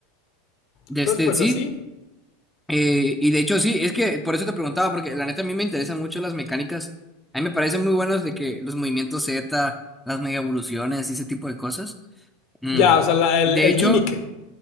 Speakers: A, in the centre; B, on the left.
A: De
B: Entonces,
A: este,
B: pues
A: sí.
B: así.
A: Eh, y de hecho, sí, es que por eso te preguntaba, porque la neta a mí me interesan mucho las mecánicas. A mí me parecen muy buenos de que los movimientos Z, las mega evoluciones y ese tipo de cosas. Mm.
B: Ya, o sea, la- el,
A: De
B: el
A: hecho,
B: gimmick.